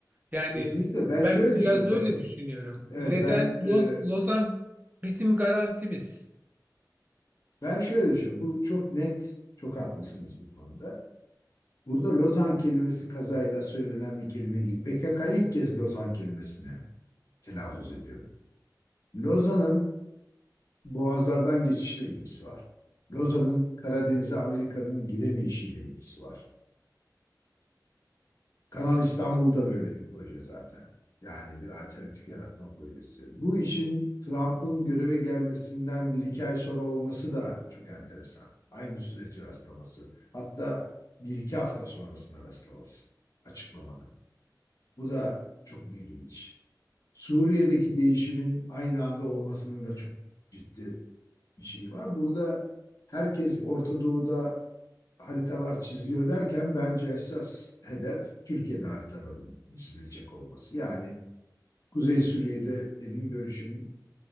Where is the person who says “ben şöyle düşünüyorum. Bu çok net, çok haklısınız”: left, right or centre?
Left